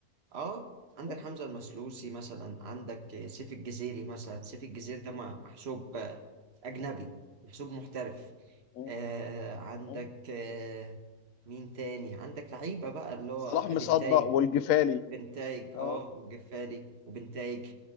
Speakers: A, on the right (about 45°); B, on the left (about 70°).
A: اه عندك
B: مم،
A: حمزة المسلوسي مثلا عندك سيف الجزيري مثلا سيف الجزيري ده م- محسوب آه، اجنبي محسوب محترف
B: مم،
A: آه عندك
B: مم.
A: آه مين تاني عندك لعيبة بقى اللي هو
B: صلاح مصدق
A: بنتايج
B: والجفالي
A: بنتايج
B: اه
A: اه والجفالي وبنتايج